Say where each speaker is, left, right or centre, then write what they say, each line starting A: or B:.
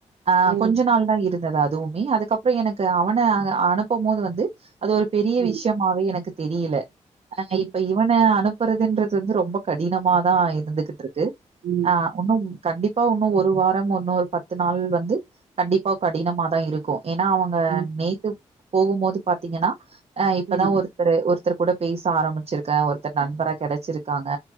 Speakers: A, on the right; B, on the right.
A: ஆ
B: ம்
A: கொஞ்ச நாள் தா இருந்தது அதுவுமே அதுக்கப்பறோ எனக்கு அவன அ அனுப்பும் போது வந்து அது ஒரு பெரிய
B: ம்
A: விஷயமாவே எனக்கு தெரியல ஆ
B: ம்
A: இப்ப இவன அனுப் றதுன்றது வந்து ரொம்ப கடினமாதா இருந்துகிட்டு இருக்கு
B: ம்
A: ஆ ஒன்னும் கண்டிப்பா உன்னு ஒரு வாரம் இன்னொரு பத்து நாள் வந்து கண்டிப்பா கடினமதா இருக்கு ஏன்னா அவங்க
B: ம்
A: நேத்து போகும்போது பாத்தீங்கன்னா ஆ இப்பதா
B: ம்
A: ஒருத்தரு ஒர் த்தர் கூட பேச ஆரபிச்சிருக்கே ஒருத்தர் நண்பரா கெடச்சிருக்காங்க